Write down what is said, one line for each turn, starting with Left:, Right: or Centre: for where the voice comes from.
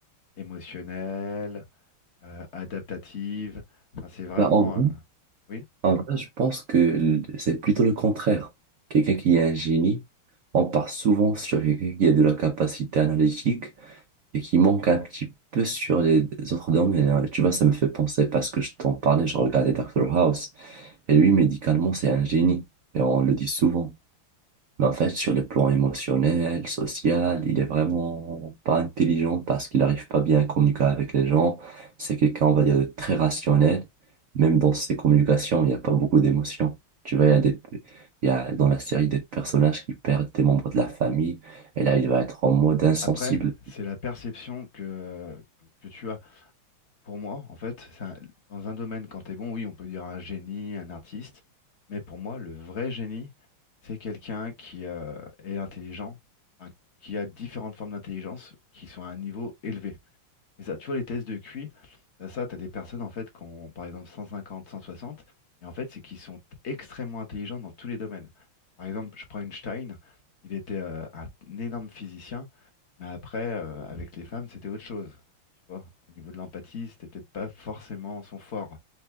Left: émotionnelle euh, adaptative. Enfin, c'est vraiment.
Right: Bah, en vrai,
Left: euh, Oui.
Right: en vrai, je pense que l- c'est plutôt le contraire. Quelqu'un qui est un génie, on part souvent sur quelqu'un qui a de la capacité analytique et qui manque un petit peu sur les autres domaines. hein. Tu vois, ça me fait penser parce que je t'en parlais, je regardais Doctor House et lui, médicalement, c'est un génie et on le dit souvent. Mais en fait, sur le plan émotionnel, social, il est vraiment pas intelligent parce qu'il n'arrive pas bien à communiquer avec les gens. C'est quelqu'un, on va dire, de très rationnel. Même dans ses communications, il n'y a pas beaucoup d'émotions. Tu vois, il y a des, il y a dans la série des personnages qui perdent des membres de la famille. Et là, il va être en mode insensible.
Left: Après, c'est la perception que, euh, que tu as. Pour moi, en fait, c'est un- dans un domaine, quand tu es bon, oui, on peut dire un génie, un artiste. Mais pour moi, le vrai génie, c'est quelqu'un qui euh, est intelligent, hein, qui a différentes formes d'intelligence qui sont à un niveau élevé. C'est ça, tu vois, les tests de QI, t'as ça, t'as des personnes en fait qui ont par exemple 150, 160, et en fait, c'est qu'ils sont extrêmement intelligents dans tous les domaines. Par exemple, je prends Einstein, il était euh, un, un énorme physicien, mais après, euh, avec les femmes, c'était autre chose. Tu vois, au niveau de l'empathie, c'était peut-être pas forcément son fort.